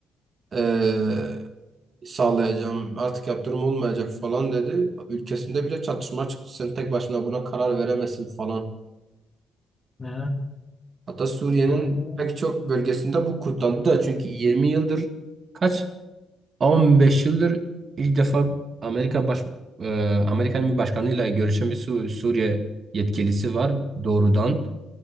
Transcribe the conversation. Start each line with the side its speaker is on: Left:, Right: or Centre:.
Right: eee, sağlayacağım. Artık yaptırım olmayacak falan dedi. Ülkesinde bile çatışma çıktı. Sen tek başına buna karar veremezsin falan.
Left: he,
Right: Hatta Suriye'nin
Left: vay be.
Right: pek çok bölgesinde bu kutlandı da çünkü 20 yıldır Kaç? 15 yıldır ilk defa Amerika baş e, Amerikan bir başkanıyla görüşen bir Su- Suriye yetkilisi var doğrudan.